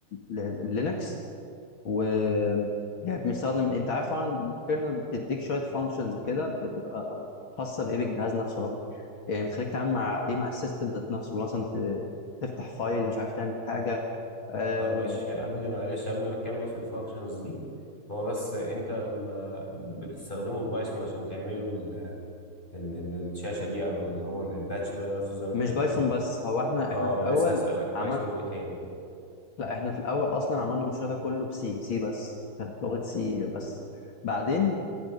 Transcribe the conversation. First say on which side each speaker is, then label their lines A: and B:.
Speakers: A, on the left; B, on the left.
A: ال- اللينكس و يعني بنستخدم انت عارف طبعا ان الكيرنل بتديك شويه فانكشنز كده بتبقى خاصه بايه بالجهاز نفسه الراجل يعني بتخليك تعمل مع ايه مع السيستم ذات نفسه اللي هو مثلا ت- تفتح فايل مش عارف تعمل حاجه آه
B: طب ماشي قبل معلش قبل ما تكمل في الفانكشنز دي هو بس انت لما
A: مم.
B: بتستخدموا البايثون عشان تعملوا ال ال ال الشاشة دي او اللي هو ال- الباتش ده نفسه زي ما
A: مش
B: انت بتقول
A: بايثون بس هو احنا
B: اه
A: احنا في
B: ما
A: الاول
B: أنا لسه هسألك
A: عمل
B: بايثون وايه تاني
A: لا احنا في الاول اصلا عملنا المشروع ده كله بسي سي بس كانت لغه سي بس بعدين